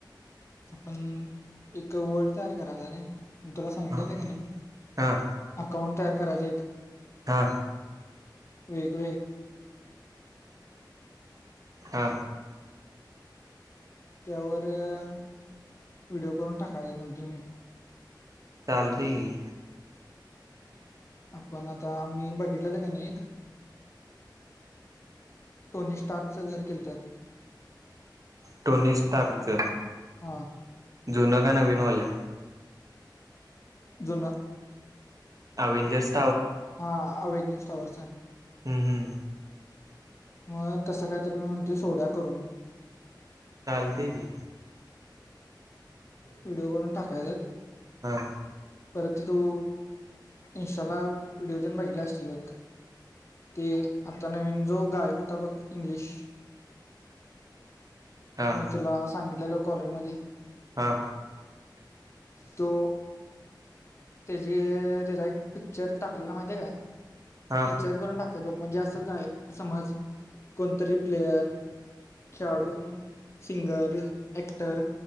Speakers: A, on the left (about 35°); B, on the right (about 45°).
A: आपण एक वर्ल्ड तयार कराचा रे. मी तुला सांगितल्यालं
B: हां
A: कनी
B: हां
A: अकाउंट तयार करायच एक.
B: हां
A: वेग
B: हा
A: <inaudible> त्यावर व्हिडिओ करून टाकायच म्हणतोय मी
B: चालतय की
A: आपण आता मी बघितलेलं कणी एक टोनी स्टार्क चं घर केलंत
B: टोनी स्टार्कच
A: हा
B: जुन का नवीनवाल
A: जुन
B: अवेंजर्स
A: हा अवेंजस टावरच
B: हम्म हम्
A: मग तसं काय तर मी म्हणतोय सोडूया करून
B: चालते की
A: व्हिडिओ करून टाकायचा.
B: हा.
A: परत ते तू इंस्टाला व्हिडिओ तेन बघितला असशील बघ ते आता नवीन जो गायक होता बघ इंग्लिश
B: हां
A: मी तुला सांगितलेलो कॉलेज मध्ये
B: हां
A: तो त्याची त्याचा एक पिक्चर टाकलेला माहितीय का
B: हां
A: पिक्चर करून टाक तरी रोक म्हणजे असं गायक समज कोणतरी प्लेयर खेळाडू म्हण सिंगर, एक्टर